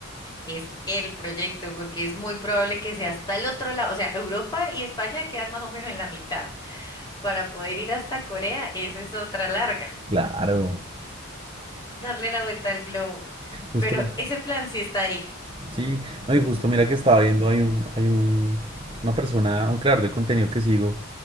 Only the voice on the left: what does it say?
Es el proyecto porque es muy probable que sea hasta el otro lado, o sea, Europa y España quedan más o menos en la mitad. Para poder ir hasta Corea, esa es otra larga,
darle la vuelta al globo.
Pero ese plan sí está ahí.